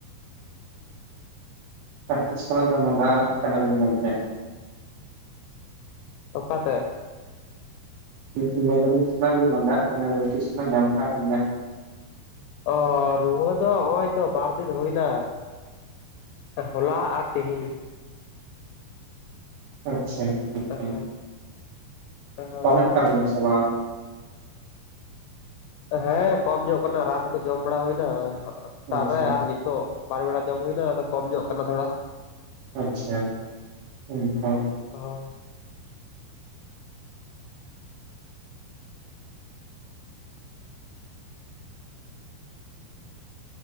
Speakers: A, on the right; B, on the left.
A: ᱛᱤᱥ ᱠᱷᱚᱱ ᱫᱚ ᱢᱟᱰᱟᱣᱟᱜ ᱠᱟᱱᱟ ᱵᱤᱱ ᱜᱚᱝᱠᱮ
B: ᱚᱠᱟᱛᱮ
A: ᱢᱤᱥ ᱢᱮᱫᱟᱞᱤᱧ ᱛᱤᱱᱟᱹᱜ ᱵᱤᱱ ᱢᱟ ᱫᱟᱜ ᱠᱟᱱᱟ ᱛᱤᱥ ᱠᱷᱚᱱᱟᱜ ᱧᱟᱢ ᱠᱟᱜ ᱵᱤᱱᱟ
B: ᱚ ᱨᱩᱣᱟᱹ ᱫᱚ ᱚᱭ ᱛᱚ ᱵᱟᱨ ᱫᱤᱱ ᱦᱩᱭᱱᱟ ᱦᱚᱞᱟ ᱟᱨ ᱛᱤᱦᱮᱧ
A: ᱟᱪᱪᱷᱟ ᱱᱤᱛ ᱦᱚ
B: ᱦᱳᱭ ᱦᱳᱭ
A: ᱠᱚᱢᱚᱜ ᱠᱟᱵᱤᱱᱟ ᱥᱮ ᱵᱟᱝ
B: ᱦᱮᱸ ᱠᱚᱢ ᱧᱚᱜ ᱠᱟᱱᱟ ᱨᱟᱱ ᱠᱚ ᱡᱚᱢ ᱵᱟᱲᱟ ᱦᱩᱭᱱᱟ ᱥᱮᱛᱟᱜ
A: ᱟᱪᱪᱷᱟ
B: ᱨᱮ ᱟᱨ ᱱᱤᱛᱚᱜ ᱵᱟᱨ ᱵᱮᱲᱟ ᱡᱚᱢ ᱦᱩᱭᱱᱟ ᱟᱫᱚ ᱠᱚᱢ ᱧᱚᱜ ᱠᱟᱱᱟ ᱛᱷᱚᱲᱟ
A: ᱟᱪᱪᱷᱟ ᱩᱱᱠᱟ
B: ᱦᱚᱭ